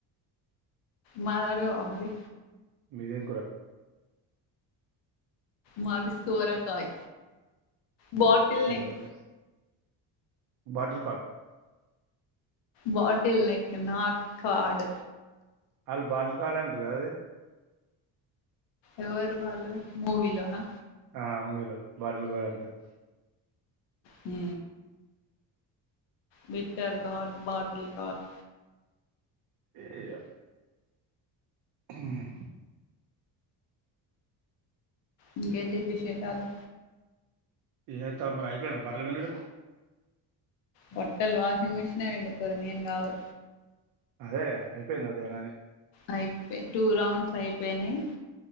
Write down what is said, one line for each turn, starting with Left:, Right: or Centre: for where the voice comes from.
Left: మాది అడగవా మరి
Right: మీదేం కూర
Left: మాది సోరకాయ బాటిల్
Right: సోరకాయ
Left: నెక్
Right: bottle gourd
Left: bottle neck not gourd
Right: అల్లు బాటిల్ కార్డ్ నే అంటారు కదా అది
Left: ఎవరు వాళ్ళు మూవీలోనా
Right: ఆ మూవీలో బాటిల్ కార్డ్ అంటరు
Left: హ్మ బిట్టర్ గార్డ్ బాటిల్ గార్డ్
Right: ఏ ఇగ హ్మ్
Left: ఇంకేంటి విశేషాలు
Right: ఏ త మరి అయిపోయిందా బట్టలు పిండుడు
Left: బట్టలు వాషింగ్ మిషనే పిండుతది నేను కాదు
Right: అదే అయిపోయింద అదేనాని
Left: అయిపే టూ రౌండ్స్ అయిపోయినాయి